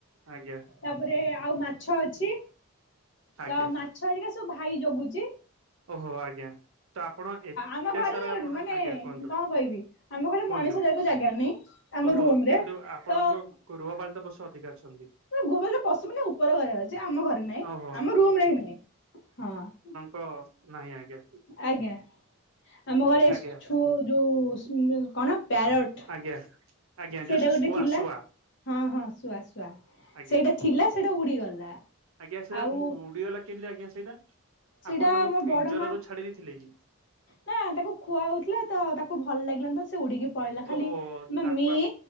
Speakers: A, on the right (about 70°); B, on the left (about 55°).
A: ଆଜ୍ଞା
B: ତାପରେ ଆଉ ମାଛ ଅଛି
A: ଆଜ୍ଞା
B: ତ ମା ଛ ହେରିକା ସବୁ ଭାଇ ଜଗୁଚି।
A: ଓହୋ ଆଜ୍ଞା। ତ ଆପଣ ଏତେ
B: ଆମ ଘରେ
A: ସାରା ଆପଣ
B: ମାନେ
A: ଆଜ୍ଞା କୁହନ୍ତୁ
B: କଣ କହିବି ଆମ ଘରେ
A: କୁହନ୍ତୁ।
B: ମଣିଷ ରହିବାକୁ ଜାଗା ନାହିଁ ଆମ
A: ଓହୋ
B: ରୁମ ରେ
A: କିନ୍ତୁ ଆପଣଙ୍କ
B: ତ
A: ଗୃହପାଳିତ ପଶୁ ଅଧିକା ଅଛନ୍ତି।
B: ଗୁହପାଳିତ ପଶୁ ମାନେ ଉପର ଘରେ ଅଛି। ଆମ ଘରେ ନାହିଁ।
A: ଓହୋ
B: ଆମ ରୁମ ରେ ହିଁ ନାହିଁ ହଁ।
A: କ ନାହିଁ ଆଜ୍ଞା।
B: ଆଜ୍ଞା ଆମ ଘରେ
A: ଆଜ୍ଞା
B: ଛୁ ଯୋଉ ସ୍ନୁଲ କଣ ପ୍ୟାରଟ
A: ଆଜ୍ଞା ଆଜ୍ଞା
B: ସେଇଟା
A: ଯଉ
B: ଗୋଟେ
A: ଶୁଆ
B: ଥିଲା
A: ଶୁଆ।
B: ହଁ ହଁ ଶୁଆ ଶୁଆ
A: ଆଜ୍ଞା
B: ସେଇଟା ଥିଲା ସେଇଟା ଉଡିଗଲା।
A: ଆଜ୍ଞା ସେଇଟା
B: ଆଉ
A: ଉଡିଗଲା କେମିତି ଆଜ୍ଞା ସେଇଟା?
B: ସେଇଟା
A: ଆପଣ ତାଙ୍କୁ
B: ମୋ
A: ପିଞ୍ଜରାରୁ
B: ବଡ ମା
A: ଛାଡି ଦେଇଥିଲେ କି?
B: ନା ତାକୁ ଖୁଆ ହଉଥିଲା ତ ତାକୁ ଭଲ ଲାଗିଲାନି ତ ସେ ଉଡିକି ପଳେଇଲା ଖାଲି
A: ଓହୋ
B: ମମି
A: ତାକୁ